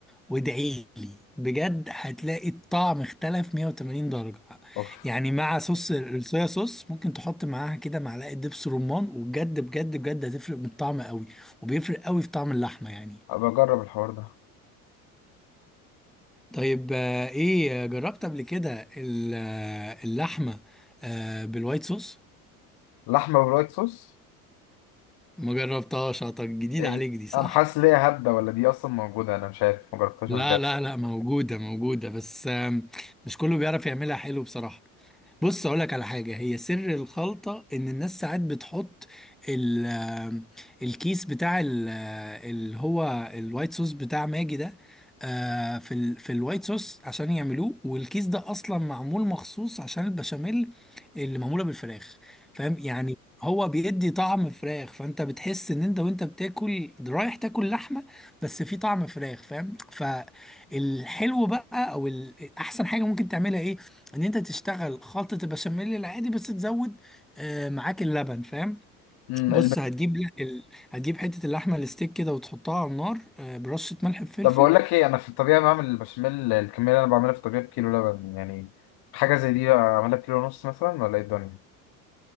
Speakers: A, in the centre; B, on the left (about 55°).
A: وادعي لي بجد هتلاقي الطعم اختلف 180 درجة
B: اوف
A: يعني مع صوص الصويا صوص ممكن تحط معاها كده معلقة دبس رمان وبجد بجد بجد هتفرق بالطعم قوي وبيفرق قوي في طعم اللحمة يعني
B: أبقى أجرب الحوار ده
A: طيب آه، ايه آه، جربت قبل كده ال- آه، اللحمة آه، بالوايت صوص
B: لحمة بالوايت صوص
A: ما جربتهاش طب جديد
B: إيه
A: عليك دي صح
B: أنا حاسس ليها هبدة ولا دي أصلا موجودة أنا مش عارف مجربتهاش
A: لا
B: قبل كده
A: لا لا موجودة موجودة بس آم، مش كله بيعرف يعملها حلو بصراحة بص اقول لك على حاجه هي سر الخلطه ان الناس ساعات بتحط ال- آه، الكيس بتاع ال- آه، اللي هو الوايت صوص بتاع ماجي ده آه، في ال في الوايت صوص عشان يعملوه والكيس ده اصلا معمول مخصوص عشان البشاميل اللي معموله بالفراخ فاهم يعني هو بيدي طعم فراخ فانت بتحس ان انت وانت بتاكل رايح تاكل لحمه بس في طعم فراخ فاهم فالحلو بقى او ال- احسن حاجه ممكن تعملها ايه ان انت تشتغل خلطة البشاميل العادي بس تزود آه، معاك اللبن فاهم
B: امم
A: بص هتجيب ل- ال... هتجيب حتة اللحمة الستيك كده وتحطها على النار آه، برشة ملح بفلفل
B: طب بقول لك ايه انا في الطبيعه بعمل البشاميل الكميه اللي انا بعملها في الطبيعه بكيلو لبن يعني حاجه زي دي اعملها بكيلو ونص مثلا ولا ايه الدنيا